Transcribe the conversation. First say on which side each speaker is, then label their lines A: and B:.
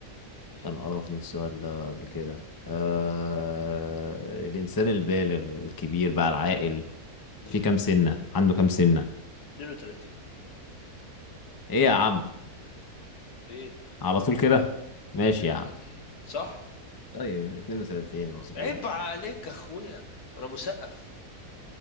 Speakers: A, on the left; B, on the left.
A: مم.
B: كان قرفني السؤال ده قبل كده آه الانسان البالغ الكبير بقى العاقل
A: مم.
B: في كام سنة عنده كام سنة
A: 32
B: ايه يا عم
A: ايه
B: على طول كده ماشي
A: 32
B: يا عم
A: صح
B: طيب 32 مظبوط
A: عيب عليك يا اخويا انا مثقف